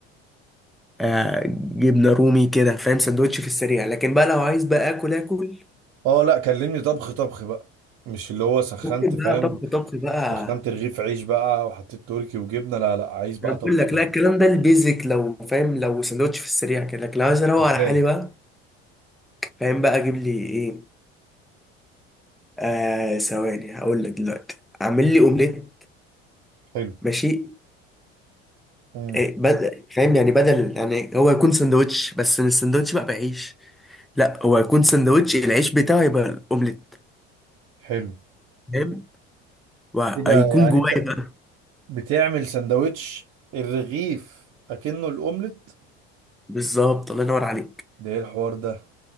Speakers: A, in the centre; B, on the right (about 60°).
A: آه، جبنه رومي كده فاهم سندوتش في السريع لكن بقى لو عايز بقى اكل اكل
B: اه لا كلمني طبخ طبخ بقى مش اللي هو سخنت
A: ممكن
B: فاهم
A: بقى طبخ طبخ بقى
B: سخنت رغيف عيش بقى وحطيت تركي وجبنه لا لا عايز بقى
A: انا بقول
B: طبخ
A: لك
B: طبخ
A: لا الكلام ده البيزك لو فاهم لو سندوتش في السريع كده لكن لو عايز اروق
B: سخان
A: على حالي بقى فاهم بقى اجيب لي ايه آه ثواني هقول لك دلوقتي اعمل لي اومليت
B: حلو
A: ماشي
B: امم
A: إيه بدل فاهم يعني بدل يعني هو يكون سندوتش بس السندوتش بقى بعيش لا هو يكون سندوتش العيش بتاعه يبقى الاومليت
B: حلو
A: فاهم وهيكون
B: كده يعني
A: جوايا
B: انت
A: بقى
B: بتعمل سندوتش الرغيف اكنه الاومليت
A: بالظبط الله ينور عليك
B: ده ايه الحوار ده